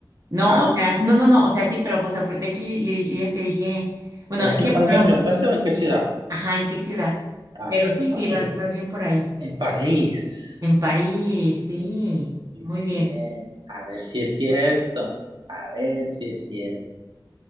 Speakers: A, on the right (about 45°); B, on the right (about 70°).
A: No,
B: Ah,
A: o sea,
B: sí.
A: no, no, no, o sea, sí, pero, pues, de hecho, yo, yo- yo ya te dije, bueno,
B: ¿En
A: es
B: qué
A: que,
B: país
A: pero,
B: me preguntaste o en qué ciudad?
A: ajá, ¿en qué ciudad?
B: Ah,
A: Pero
B: pues,
A: sí, sí,
B: París.
A: vas, vas bien por ahí.
B: En París.
A: En París, sí,
B: Muy
A: muy bien.
B: bien. A ver si es cierto. A ver si es cierto.